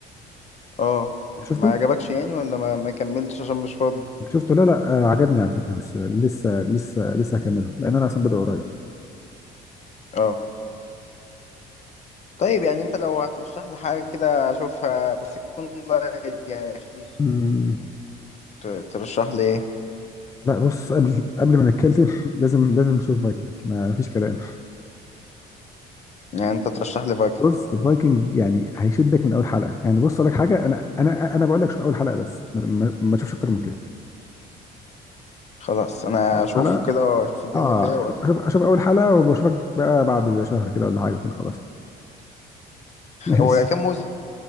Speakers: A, on the left; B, on the left.
A: اه
B: شفته؟
A: ما عجبكش يعني ولا ما ما كملتش عشان مش فاضي
B: انت شفته؟ لا لا آه، عجبني على فكره بس لسه لسه لسه هكمله لان انا اصلا بدأ قريب
A: اه طيب يعني انت لو هترشح لي حاجة كده اشوفها بس تكون لايت يعني خفيف
B: مم.
A: ت- ترشح لي ايه
B: لا بص قبل قبل ما نتكلم <laughs> لازم لازم نشوف فايكنج ما فيش كلام
A: يعني انت ترشح لي فايكنج
B: بص فايكنج يعني هيشدك من اول حلقه يعني بص اقول لك حاجه انا انا انا بقول لك شوف اول حلقه بس ما, ما, ما تشوفش اكتر من كده
A: خلاص انا
B: اول
A: اشوفه
B: حلقه اشوف
A: كده واشوف الدنيا
B: اه
A: فيها
B: شوف
A: وأقول-
B: آه. شوف شوف اول حلقه وبشوفك بقى بعد شهر كده ولا حاجه تكون خلصت <laughs> ماشي
A: هو كام موسم